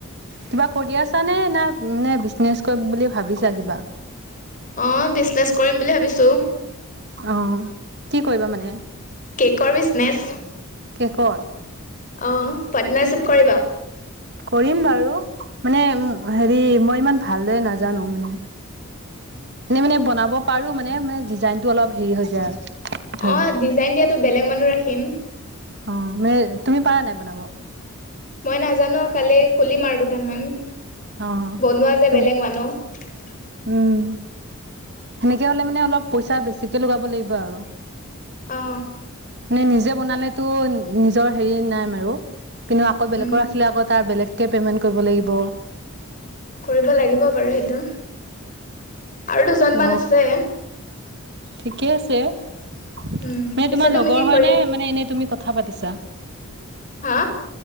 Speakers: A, on the right; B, on the left.
A: কিবা কৰি আছা নে না নে বিজনেচ কৰিম বুলি ভাবিছা কিবা।
B: অ, বিজনেচ কৰিম বুলি ভাবিছো।
A: অ, কি কৰিবা মানে?
B: কৰবিছনেছ।
A: কেকৰৰ?
B: অ, পাৰ্টনাৰশ্বিপ কৰিবা?
A: কৰিম বাৰু মানে উম, হেৰি মই ইমান ভালদৰে নাজানো মানে?
B: <inaudible>
A: এনেই মানে বনাব পাৰো মানে মানে ডিজাইনতটো অলপ হেৰি হৈ যায় আৰু। ধৰি
B: অ,
A: লোৱা
B: ডিজাইন দিয়াতো বেলেগ মানুহ ৰাখিম।
A: অ, মানে তুমি পাৰা নাই বনাব?
B: মই নাজানো কালি খুলিম আৰু দোকানখন?
A: অ',
B: বনোৱা যে
A: ত'
B: বেলেগ মানুহ
A: উম। সেনেকে হলে মানে অলপ পইচা বেছিকে লগাব লাগিব আৰু।
B: অ
A: মে নিজে বনালেতো নিজৰ হেৰি নাই আৰু কিন্তু আকৌ বেলেগক
B: উম
A: ৰাখিলে আকৌ তাৰ বেলেগ কে পেমেন্ট কৰিব লাগিব।
B: কৰিব লাগিব বাৰু সেইটো। আৰু দুজনমান
A: অ
B: আছে।
A: ঠিকে আছে মানে
B: উম পিছে
A: তোমাৰ
B: তুমি
A: লগৰ
B: কি
A: হয়নে
B: কৰি
A: মানে এনে তুমি ক কথা পাতিছা
B: হা